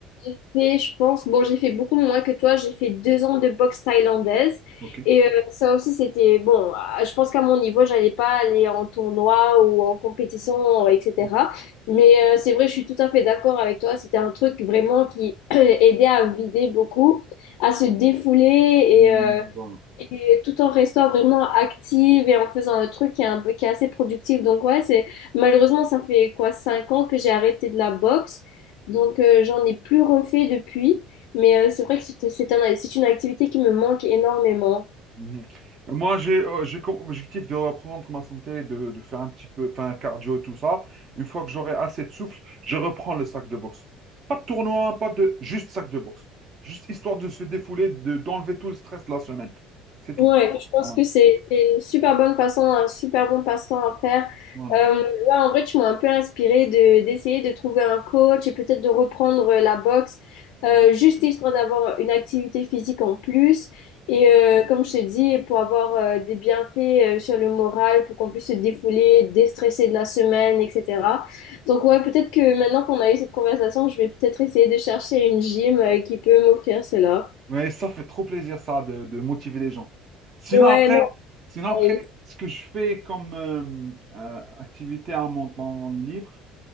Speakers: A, on the left; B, on the right.
A: j'ai fait, je pense, bon, j'ai fait beaucoup moins que toi, j'ai fait deux ans de boxe thaïlandaise
B: ok.
A: et euh, ça aussi c'était bon. ah, Je pense qu'à mon niveau, j'allais pas aller en tournoi ou en compétition,
B: Mm,
A: etc.
B: mm,
A: Mais
B: mm.
A: euh, c'est vrai, je suis tout à fait d'accord avec toi, c'était un truc vraiment qui <clears throat> aidait à vider beaucoup, à se défouler et
B: Mm,
A: euh,
B: Bon,
A: et tout en restant vraiment active et en faisant un truc qui est un peu, qui est assez productif. Donc ouais, c'est malheureusement ça fait quoi 5 ans que j'ai arrêté de la boxe. Donc euh, j'en ai plus refait depuis, mais euh, c'est vrai que c'est c'est un- c'est une activité qui me manque énormément.
B: Mhm. Moi, j'ai euh, j'ai comme objectif de reprendre ma santé, de, de faire un petit peu, enfin, cardio et tout ça. Une fois que j'aurai assez de souffle, je reprends le sac de boxe. Pas de tournoi, pas de... Juste sac de boxe. Juste histoire de se défouler, de, d'enlever tout le stress de la semaine. C'est tout.
A: Ouais, je pense
B: Voilà.
A: que c'est c'est une super bonne façon, un super bon passe-temps à faire.
B: Voilà.
A: Euh, là, en vrai, tu m'as un peu inspiré de d'essayer de trouver un coach et peut-être de reprendre euh, la boxe, euh,
B: Mm,
A: juste histoire d'avoir une activité physique en plus. Et
B: mm,
A: euh, comme je te dis, pour avoir euh, des bienfaits euh, sur le moral, pour qu'on
B: mm.
A: puisse se défouler, déstresser de la semaine, etc. Donc ouais, peut-être que maintenant qu'on a eu cette conversation, je vais peut-être essayer de chercher une gym euh, qui peut m'offrir cela.
B: Mais ça fait trop plaisir, ça, de, de motiver les gens. Sinon,
A: Ouais,
B: après,
A: non.
B: sinon
A: euh,
B: après, ce que je fais comme euh, euh, activité à mon temps libre,